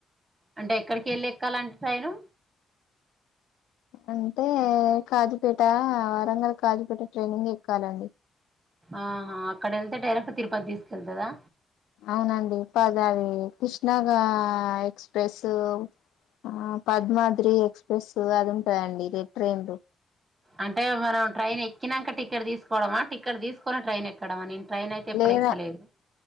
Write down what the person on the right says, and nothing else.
అంటే ఎక్కడికి వెళ్ళి ఎక్కాలంటే సైను
ఆహా అక్కడ వెళ్తే డైరెక్ట్ తిరుపతి తీసుకెళ్తుదా
అంటే మనం ట్రైన్ ఎక్కినాక టికెట్ తీసుకోవడమా టిక్కెట్ తీసుకుొని ట్రైన్ ఎక్కడమా ట్రైన్ అయితే ఎప్పుడు
ఎక్కలేదు